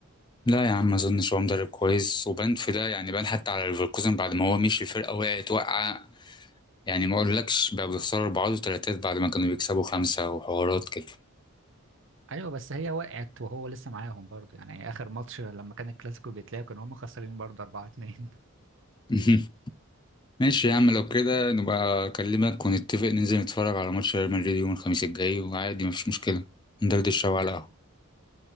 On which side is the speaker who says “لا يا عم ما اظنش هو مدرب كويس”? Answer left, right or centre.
Left